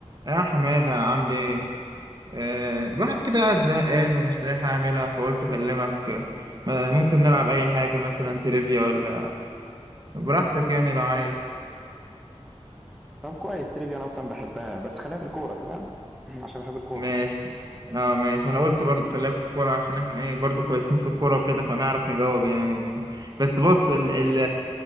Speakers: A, on the right; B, in the centre.
A: يا حمادة عامل ايه؟ آه الواحد كده قاعد زهقان ومش لاقي حاجة أعملها فقلت أكلمك آه ممكن نلعب أي حاجة مثلا تريفيا ولا براحتك يعني لو عايز
B: طب كويس تريفيا أنا أصلا بحبها بس خلينا في الكورة تمام <laughs> عشان بحب الكورة
A: ماشي اه ماشي أنا قلت برضو خليها في الكورة عشان احنا ايه برضو كويسين في الكورة كده فنعرف نجاوب يعني ون... بس بص ال... ال...